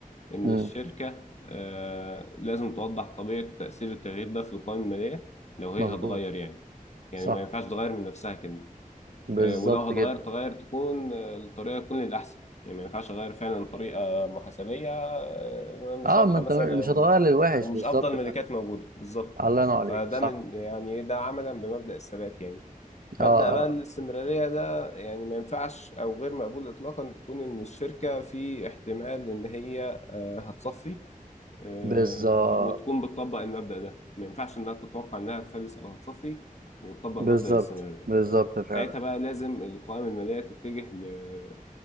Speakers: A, on the left; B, on the right.
A: إن
B: مم،
A: الشركة آه، لازم توضح طبيعة وتأثير التغيير ده في القوائم المالية لو هي
B: مظبوط
A: هتغير يعني يعني
B: صح
A: ما ينفعش تغير من نفسها كده
B: بالظبط
A: آه، ولو هتغير
B: جدا
A: تغير تكون آه، الطريقة تكون للأحسن يعني ما ينفعش أغير فعلا طريقة محاسبية آه، مش
B: اه
A: واضحة
B: ما انت
A: مثلا
B: مش
A: أو
B: هتغير للوحش
A: أو مش
B: بالظبط
A: أفضل ملكات
B: فاهم
A: موجودة بالظبط
B: الله ينور عليك
A: فده
B: صح
A: من يعني ده عملا بمبدأ الثبات يعني مبدأ
B: اه اه
A: بقى الاستمرارية
B: آه.
A: ده يعني ما ينفعش أو غير مقبول إطلاقا تكون إن الشركة في احتمال إن هي آه، هتصفي آه،
B: بالظبط
A: وتكون بتطبق المبدأ ده ما ينفعش إنها تتوقع إنها تفلس أو هتصفي وتطبق
B: بالظبط
A: مبدأ الاستمرارية
B: بالظبط فعلا
A: وساعتها بقى لازم القوائم المالية تتجه ل-